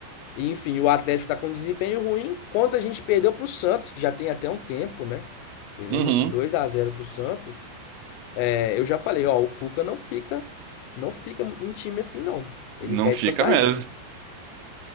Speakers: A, on the left; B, on the right.
A: e, enfim, o Atlético tá com um desempenho ruim, quanto a gente perdeu pro Santos, que já tem até um tempo, né? Perdemos
B: Uhum.
A: de 2 a 0 pro Santos. É, eu já falei, ó, o Cuca não fica, não fica em time assim não. Ele
B: Não
A: pede
B: fica
A: para sair.
B: mesmo.